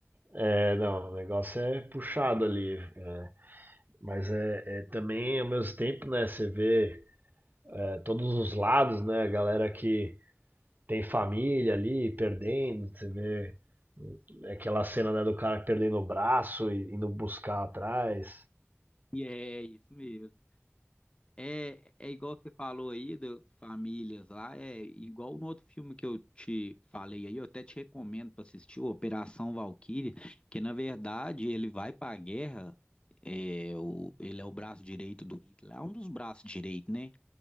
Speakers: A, on the right; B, on the left.
A: É, não, o negócio é puxado ali. é, Mas é, é também ao mesmo tempo, né? Você vê é, todos os lados, né? A galera que tem família ali perdendo, você vê. Aquela cena né, do cara perdendo o braço e indo buscar atrás.
B: E é isso mesmo. É, é igual você falou aí, do, famílias lá, é igual no outro filme que eu te falei aí, eu até te recomendo para assistir, o Operação Valquíria, que na verdade ele vai para a guerra, é, o, ele é o braço direito do Hitler, é um dos braços direitos, né?